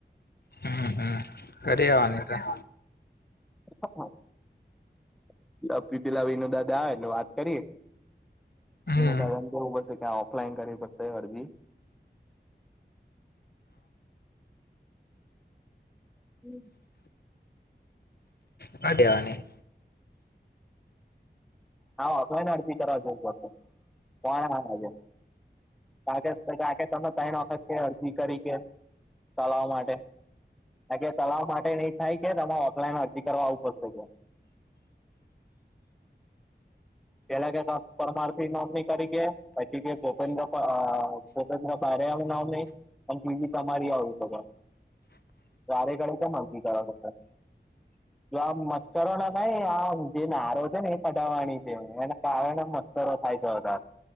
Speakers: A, on the left; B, in the centre.
A: હમ્મ હમ્મ કરી આવવાની તે.
B: <unintelligible> વિનો દાદા આવેને વાત કરીયે.
A: હમ
B: એને દાને કેવું પડશે કે આ ઓફલાઈન કરવી પડશે અરજી. હમ્મ.
A: હા દેવાની.
B: હા ઓફલાઈન અરજી કરાવો પડશે કોણ <unintelligible> કા <unintelligible> કે અરજી કરી કે ચલાવવા માટે. કા કે તળાવ માટે નઈ થાય કે તમારે ઓફલાઈન અરજી કરવા આવવું પડશે ત્યાં. પેલા કે <unintelligible> પરમારથી નોમની કરી કે પછી કે ગોપેન્દ્ર આ સ્વતંત્ર ભારે આવને આવ નહી પણ ટી બી તમારી આવી શકે. વારે ઘડે કેમ અરજી કરાવતા છે. જો આમ મચ્છરો ના નહીં આ <unintelligible> નારો છે ને એ કઢાવવાની. એના કારણે મચ્છરો થાય છે વધાર